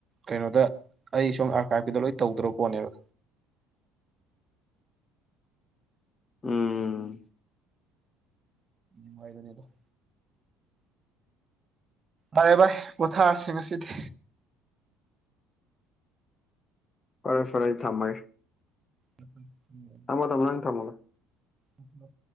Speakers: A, on the right; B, on the left.
A: ꯀꯩꯅꯣꯗ ꯑꯩ ꯁꯣꯝ ꯑꯥꯔꯀꯥ ꯀꯗ ꯂꯣꯏ ꯇꯧꯗ꯭ꯔꯕ ꯄꯣꯠꯅꯦꯕ
B: ꯎꯝ
A: ꯎ ꯑꯣꯏꯗꯗꯤꯗ ꯚꯔꯦ ꯚꯥꯏ ꯄꯣꯊꯥꯁꯤꯡ ꯑꯁꯤꯗꯤ
B: ꯐꯔꯦ ꯐꯔꯦ ꯊꯝꯃꯒꯦ
A: ꯎꯝ
B: ꯊꯝꯃꯣ ꯊꯝꯃ ꯅꯪ ꯊꯃꯣ
A: ꯃꯂ